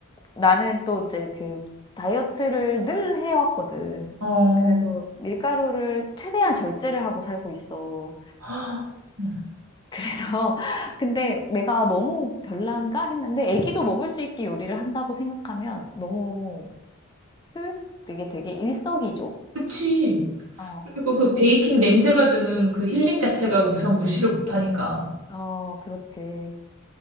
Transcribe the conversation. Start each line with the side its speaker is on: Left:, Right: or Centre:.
Left: 나는 또 이제 그 다이어트를 늘 해왔거든.
Right: 어,
Left: 그래서 밀가루를 최대한 절제를 하고 살고 있어.
Right: <gasps> 헉, 응.
Left: 그래서, <laughs> 근데 내가 너무 별난가 했는데 애기도 먹을 수 있게 요리를 한다고 생각하면 너무 효율 게 되게 일석이조?
Right: 그치.
Left: 어,
Right: 그리고 그 베이킹 냄새가 주는 그 힐링 자체가 우선 무시를 못하니까.
Left: 어, 그렇지.